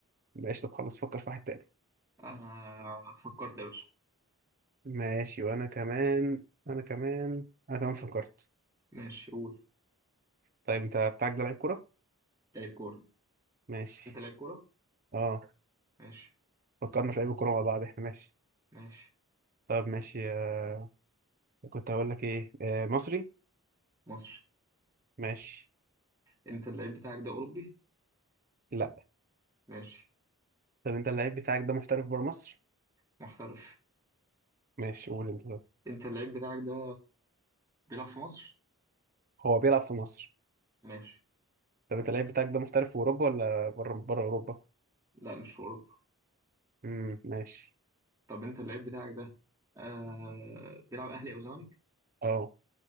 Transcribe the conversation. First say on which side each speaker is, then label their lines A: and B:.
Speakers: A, on the right; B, on the right.
A: ماشي طب خلص فكر في واحد تاني
B: آه فكرت يا باشا
A: ماشي وانا كمان انا كمان انا كمان فكرت
B: ماشي قول
A: طيب انت بتاعك ده لعيب كورة
B: لعيب كورة
A: ماشي
B: انت لعيب كورة
A: اه
B: ماشي
A: فكرنا في لعيب الكورة مع بعض احنا ماشي
B: ماشي
A: طب ماشي آه. كنت هقول لك ايه آه. مصري
B: مصري
A: ماشي
B: انت اللعيب بتاعك ده أوروبي
A: لا
B: ماشي
A: طب انت اللعيب بتاعك ده محترف بره مصر
B: محترف
A: ماشي قول انت ده
B: انت اللعيب بتاعك ده بيلعب في مصر
A: هو بيلعب في مصر
B: ماشي
A: طب انت اللعيب بتاعك ده محترف في اوروبا ولا بره بره اوروبا
B: لا مش في أوروبا
A: امم ماشي
B: طب انت اللعيب بتاعك ده آه بيلعب أهلي أو زمالك
A: اه